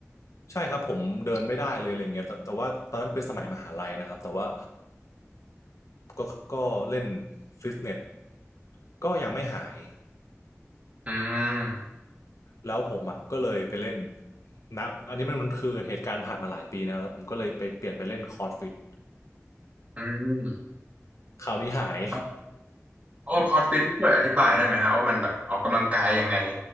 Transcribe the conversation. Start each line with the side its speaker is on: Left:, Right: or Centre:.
Left: ใช่ครับผมเดินไม่ได้เลยอะไรเงี้ยแต่แต่ว่าตอนนั้นเป็นสมัยมหาลัยนะครับแต่ว่าก็ก็เล่นฟิตเนสก็ยังไม่หาย
Right: อืม
Left: แล้วผมอะก็เลยไปเล่นนับอันนี้มันมันคือเหตุการณ์ผ่านมาหลายปีนะแล้วผมก็เลยไปเปลี่ยนไปเล่นคอร์ดฟิต
Right: อืม
Left: คราวนี้หาย
Right: ครับโอ้คอร์สฟิตช่วยอธิบายได้ไหมฮะว่ามันแบบออกกำลังกายยังไง